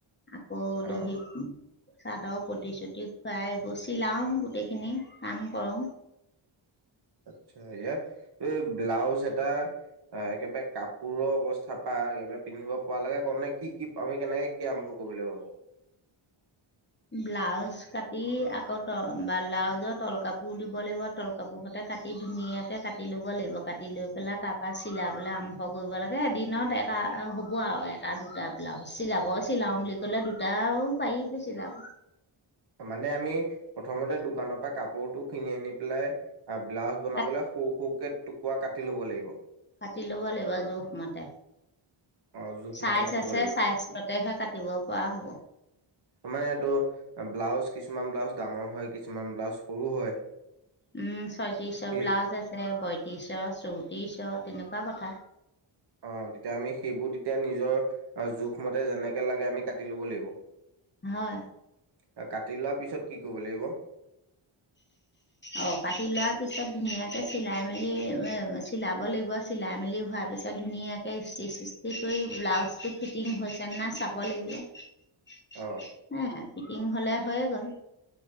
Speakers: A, on the left; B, on the right.
A: আকৌ
B: অ
A: দহি চাদৰ পতি শতি খুৱাই বচি লাও গোটেইখিনি কাম কৰোঁ।
B: আচ্ছা', এয়া ব্লাউজ এটা আহ ', একেবাৰে কাপোৰৰ অৱস্থাৰ পৰা একেবাৰে পিন্ধিব পৰা লাগে ক নে কি- কি আমি কেনেকে কি আৰম্ভ কৰিব লাগিব বাৰু?
A: ব্লাউজ কাটি আকৌ ত', বা ব্লাউজৰ তল কাপোৰ দিব লাগিব তল কাপোৰ হতে কাটি ধুনীয়াকে কাটি লব লাগিব কাটি লৈ পেলাই তাৰ পৰাা চিলাবলৈ আৰম্ভ কৰিব লাগে এদিনত এটা হ'ব আৰু এটা দুটা ব্লাউজ চিলাব চিলাও বুলি ক'লে দুটাও পাৰি প চিলাম
B: মানে আমি প্ৰথমতে দু দোকানৰ পৰা কাপোৰতটো কিনি আনি পেলাই আৰু ব্লাউজ বনাবলে
A: কাটি
B: সৰু -সৰুকে টুকুুৱৰা কাটি লব লাগিব?
A: কাটি ল'ব লাগিব জোখমতে
B: অ জোখমতে
A: চাইজ
B: কাটিব
A: আছে
B: লাগিব।
A: চাইজতেহে কাটিব পৰা হ'ব
B: মানে এইটো ব্লাউজ কিছুমান ব্লাউজ ডাঙৰ হয় কিছুমান ব্লাউজ সৰু হয়।
A: উম', ছয়ত্ৰিশ
B: সেই
A: ব্লাউজ আছে বয়ত্ৰিশ চৌতিশ তেনেকুৱা কথা।
B: অ', তেতিয়া আমি সেইবোৰ তেতিয়া নিজৰ জোখমতে যেনেকে লাগে আমি কাটি ল'ব লাগিব।
A: হয়
B: কাটি লোৱা পিছত কি কৰিব লাগিব? লাগিব
A: অ ', কাটি লোৱাৰ পিছত ধুনীয়াকে চিলাই মেলি চিলাব লাগিব চিলাই মেলি হোৱাৰ পিছত ধুনীয়াকে ষ্টি চিষ্টি কৰি ব্লাউজটো ফিটিং হৈছেনে নাই চাব লাগিব। উম
B: অ
A: ফিটিং হ'লে হৈয়ে গ'ল